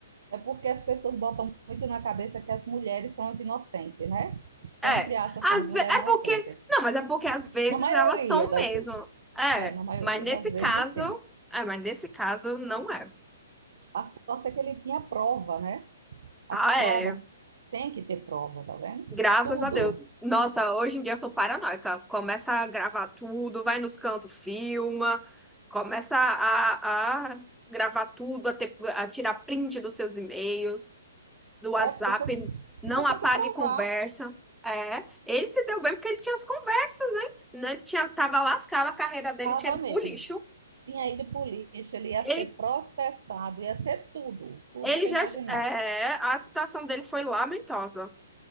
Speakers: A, on the right; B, in the centre.
A: É porque as pessoas botam muito na cabeça que as mulheres são as inocentes, né? Sempre
B: É,
A: acham
B: às
A: assim, as mulheres
B: ve... é
A: inocentes.
B: porque. Não, mas é porque às vezes
A: Na maioria
B: elas são
A: das
B: mesmo.
A: vezes.
B: É,
A: É, na maioria
B: mas nesse
A: das vezes,
B: caso.
A: sim.
B: É, mas nesse caso não é.
A: A sorte é que ele tinha prova, né? As
B: Ah,
A: provas,
B: é.
A: tem que ter prova, tá vendo?
B: Graças
A: Tudo.
B: a Deus. Nossa, hoje em dia eu sou paranoica. Começa a gravar tudo, vai nos cantos, filma, começa a, a gravar tudo, a, ter- a tirar print dos seus e-mails. do WhatsApp,
A: É, porque você,
B: não
A: você
B: apague
A: tem que provar.
B: conversa. É, ele se deu bem porque ele tinha as conversas, né? Né, Ele tinha, tava lascado, a carreira dele
A: Tava
B: tinha ido
A: mesmo.
B: pro lixo.
A: Tinha ido pro lixo, ele ia
B: Ele,
A: ser processado, ia ser tudo, tudo
B: ele
A: que você
B: já,
A: imaginar.
B: é, a situação dele foi lamentosa.